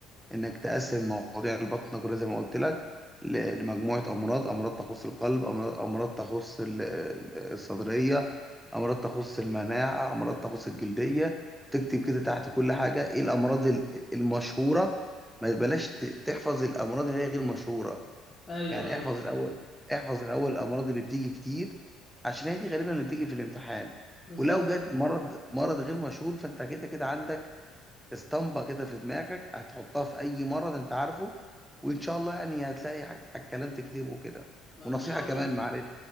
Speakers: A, in the centre; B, on the left.
A: انك تقسم مواضيع البطنه كلها زي ما قلت لك ل- لمجموعه امراض امراض تخص القلب امراض امراض تخص ال- ال- الصدريه امراض تخص المناعه امراض تخص الجلديه تكتب كده تحت كل حاجه ايه الامراض ال- المشهوره ما بلاش ت- تحفظ الامراض اللي هي غير مشهوره
B: ايوه
A: يعني
B: ايوه
A: احفظ الاول احفظ الاول الامراض اللي بتيجي كتير عشان هي دي غالبا اللي بتيجي في الامتحان
B: بالظبط
A: ولو جت مرض مرض غير مشهور فانت كده كده عندك اسطمبة كده في دماغك هتحطها في أي مرض أنت عارفه وإن شاء الله يعني هتلاقي ح- ح- كلام تكتبه كده
B: آه،
A: ونصيحة
B: ان شاء
A: كمان
B: الله
A: معلش